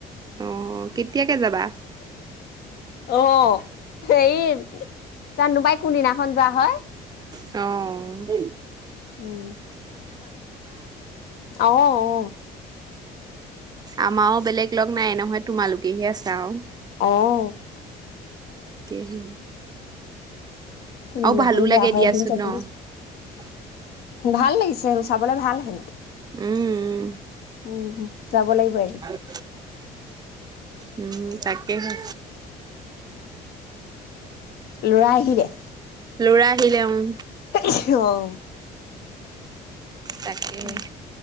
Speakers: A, on the right; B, on the left.
A: অ কেতিয়াকে যাবা
B: অঁ, হেৰি জানোবাই কোনদিনাখন যোৱা হয়
A: অঁ,
B: উম আঁহ অঁ,
A: আমাৰওঁ বেলেগ লগ নাই নহয় তোমালোক তেতিয়হে চাওঁ
B: অঁ
A: তেহে
B: কোনদিনাখন
A: আৰু ভালো
B: যোৱা
A: লাগে
B: হয়
A: দিয়াচোন
B: এদিন যাবলৈ
A: ন
B: ভাল লাগিছে চাবলৈ ভাল হেন
A: উম
B: উম যাব লাগিব আৰু
A: উম উম তাকেহে
B: লৰা আহিলে
A: লৰা আহিলে উম
B: অঁ
A: তাকেহে।
B: উম